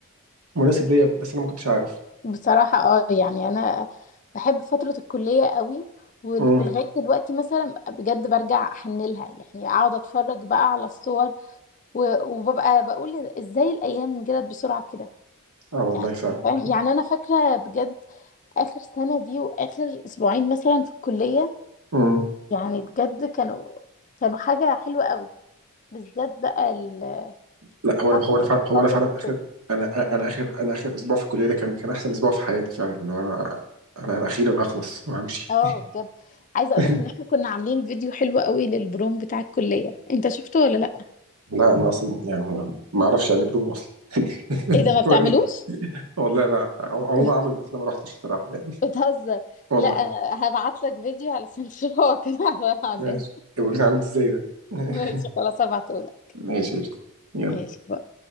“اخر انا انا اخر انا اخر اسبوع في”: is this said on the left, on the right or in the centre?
Right